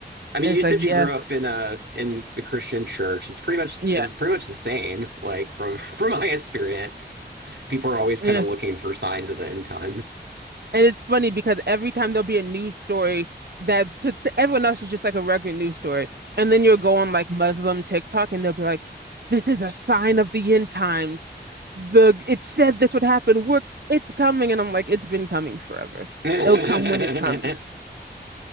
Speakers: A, on the right (about 80°); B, on the right (about 65°).
A: I mean,
B: And it's
A: you said
B: like, yeah,
A: you grew up in uh in the Christian church. It's pretty much
B: yeah,
A: it's pretty much the same. Like from <laughs> from my experience, people are always kind
B: yeah.
A: of looking for signs of the end times.
B: And it's funny because every time there'll be a news story that to, to everyone else is just like a regular news story. And then you'll go on like Muslim TikTok and they'll be like, this is a sign of the end times. The it said this would happen. We're it's coming. And I'm like, it's been coming forever.
A: <laughs>
B: It'll come when it comes.